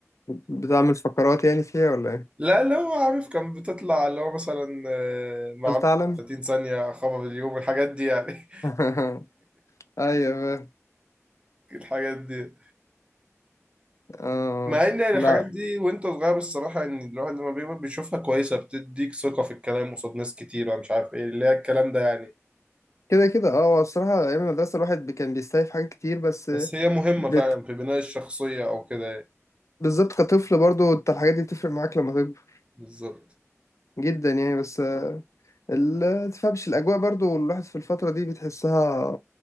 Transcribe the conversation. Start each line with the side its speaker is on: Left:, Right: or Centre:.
Left: بتعمل فقرات يعني فيها ولا ايه
Right: لا اللي هو عارف كان بتطلع اللي هو مثلا آه، معلومه
Left: هل تعلم
Right: 30 ثانيه خبر اليوم الحاجات دي يعني
Left: <laughs> ايوه بقى.
Right: <laughs> الحاجات دي
Left: اه
Right: مع ان يعني
Left: لا
Right: الحاجات دي وانت صغير الصراحه ان الواحد لما بيكبر بيشوفها كويسه بتديك ثقه في الكلام قصاد ناس كتيره مش عارف ايه اللي هي الكلام ده يعني
Left: كده كده اه هو الصراحه ايام المدرسه الواحد بي- كان بيستايف حاجات كتير بس
Right: بس هي مهمه
Left: بت...
Right: فعلا في بناء الشخصيه او كده يعني.
Left: بالظبط كطفل برضو انت الحاجات دي بتفرق معاك لما تكبر
Right: بالظبط
Left: جدا يعني بس ال- تفهمش الاجواء برضو الواحد في الفتره دي بتحسها